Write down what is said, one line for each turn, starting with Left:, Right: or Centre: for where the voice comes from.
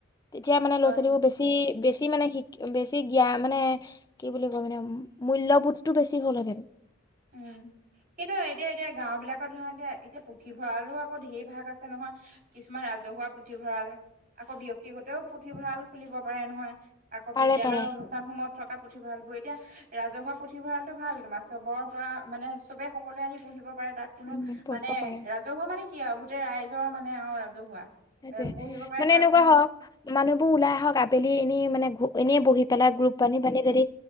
Left: তেতিয়া মানে
Right: হয়
Left: ল'ৰা ছোৱালীবোৰ বেছি বেছি মানে শিক বেছি জ্ঞান মানে কি বুলি কয় মানে মূল্যবোধ টো বেছি হ'লহেতেন।
Right: উম কিন্তু এতিয়া এতিয়া গাঁও বিলাকত ধৰা এতিয়া এতিয়া পুথিভঁৰালো আকৌ ঢেৰ ভাগ আছে নহয়। কিছুমান ৰাজহুৱা পুথিভঁৰাল আকৌ ব্যক্তিগতও পুথিভঁৰাল খুলিব পাৰে নহয়। আকৌ
Left: পাৰে
Right: বিদ্যয়ালয়ৰ
Left: পাৰে
Right: অনুষ্ঠানসমূহত থকা পুথিভঁৰালবোৰ, এতিয়া ৰাজহুৱা পুথিভঁৰালটো ভাল। তোমাৰ চবৰ পৰা মানে চবে সকলোৱে আহি পঢ়িব পাৰে। তাত কোনো
Left: উম পঢ়িব
Right: মানে
Left: পাৰে
Right: ৰাজহুৱা মানে কি আৰু গোটেই ৰাইজৰ মানে অ ৰাজহুৱা।
Left: সেইটোয়ে,
Right: এ পঢ়িব পাৰে
Left: মানে
Right: তাৰ
Left: এনেকুৱা
Right: কোনো
Left: হওক মানুহবোৰ ওলাই আহক আবেলি এনে মানে ঘু এনেই বহি পেলাই গ্ৰুপ বান্ধী বান্ধী যদি